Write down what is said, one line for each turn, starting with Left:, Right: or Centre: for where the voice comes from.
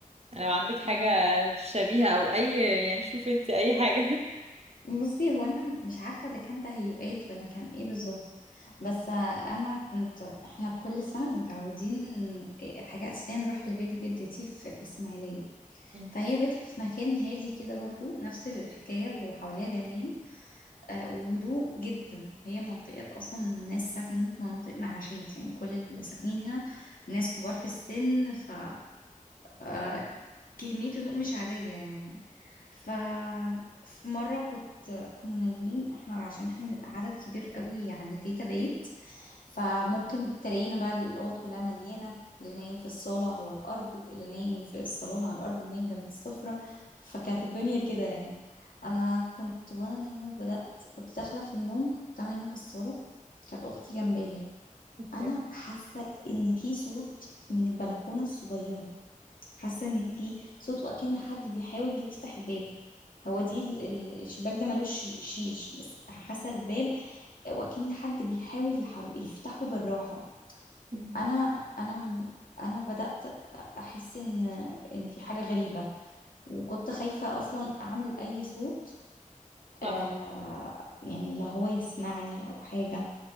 Right: لو عندك حاجه
Left: مم.
Right: شبيهه او اي يعني شوفي انت اي حاجه
Left: بصي هو أنا مش عارفة ده كان تهيؤات ولا كان إيه بالظبط بس آه، أنا كنت إحنا كل سنة متعودين آه، حاجة أساسية نروح لبيت جدتي في الإسماعيلية
Right: <laughs> مم،
Left: فهي بيتها في مكان هادي كده برضو نفس الحكاية وحواليها جناين آه، وهدوء جدا هي منطقة أصلا ناس ساكنين في مناطق معاشية يعني كل اللي ساكنين هنا ناس كبار في السن ف آه، كمية هدوء مش عادية يعني ف في مرة كنت كنا نايمين احنا عشان احنا بنبقى عدد كبير قوي عند تيتا بيت فممكن تلاقينا بقى الأوض كلها مليانة اللي نايم في الصالة على الأرض اللي نايم في الصالون على الأرض اللي نايم جنب السفرة فكانت الدنيا كده يعني أنا كنت وأنا نايمة بدأت كنت داخلة في النوم كنت أنا نايمة في الصالة كانت أختي جنبية
Right: اوكي
Left: أنا حاسة إن في صوت من البلكونة الصغيرة حاسة ان في صوت وأكن حد بيحاول يفتح الباب هو دي ال- ال- الشباك ده ملوش شيش بس حاسة الباب وأكن حد بيحاول يحر يفتحه بالراحة
Right: مم.
Left: انا انا م- انا بدأت احس ان ان في حاجة غريبة وكنت خايفة اصلا اعمل اي صوت
Right: طبعا
Left: آه، لا يعني لا هو يسمعني او حاجة